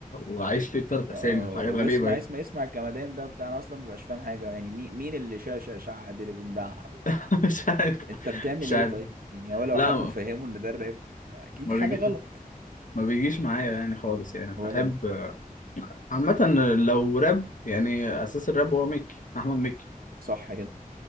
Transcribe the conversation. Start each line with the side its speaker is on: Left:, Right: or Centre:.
Left: وعايش ليه تلات اسامي
Right: اه آه،
Left: وحاجات غريبه
Right: واسمع
Left: كده.
Right: اسمع اسمع الجمدان ده بتاع انا اصلا ما ببقاش فاهم حاجه يعني مين مين اللي شاشه شعد اللي بندعها و...
Left: <laughs> مش عارف
Right: انت بتعمل
Left: مش
Right: ايه
Left: عارف
Right: طيب يعني هو لو
Left: لا
Right: حد
Left: ما
Right: مفهمه ان ده الراب اكيد
Left: ما
Right: حاجه
Left: بيجي...
Right: غلط
Left: ما بيجيش معايا يعني خالص يعني بحب
Right: ولا انا
Left: آه، عامة لو راب يعني أساس الراب هو ميكي أحمد مكي
Right: صح كده